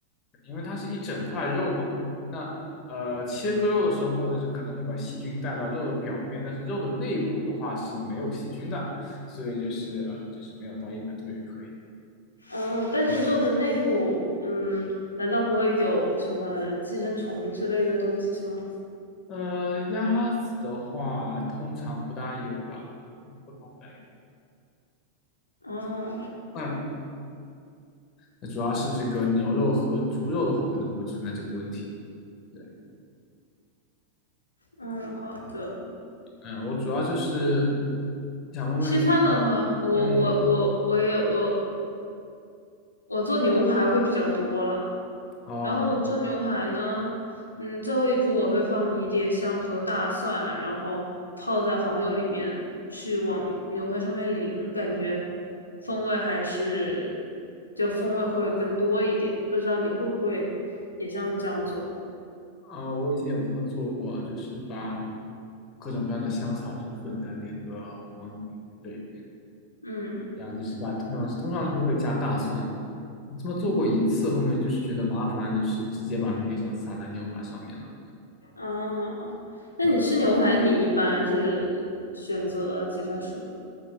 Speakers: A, on the left; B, on the left.
A: 因为它是一整块肉嘛。那呃，切割肉的时候呢，是可能会把细菌带到肉的表面，但是肉的内部的话是没有细菌的，所以就是呃，就是没有到一百度也可以。
B: 哦，但是肉的内部，嗯，难道不会有什么寄生虫之类的东西吗？
A: 呃，鸭子的话通常不大有吧，通常不大有。
B: 哦，
A: 哎呦那主要是这个牛肉和猪肉的话，可能会存在这个问题。对，
B: 嗯，好的。
A: 嗯，我主要就是想问问你，
B: 西餐的话，我我我我也我
A: 嗯，
B: 我做牛排会比较多了。
A: 哦。
B: 然后我做牛排呢，嗯，最后一步我会放迷迭香和大蒜，然后泡在黄油里面去往牛排上面淋，感觉风味还是就风味会更多一点。不知道你会不会也像这样做？
A: 啊，我以前有这么做过，就是把各种各样的香草就混在那个黄油里，面，对，
B: 嗯，
A: 然后就是把通常是通常是会加大蒜，我这么做过一次，后面就是觉得麻烦，就是直接把迷迭香撒在牛排上面了。
B: 哦，那你吃牛排你一般是选择几分熟的？
A: 哦，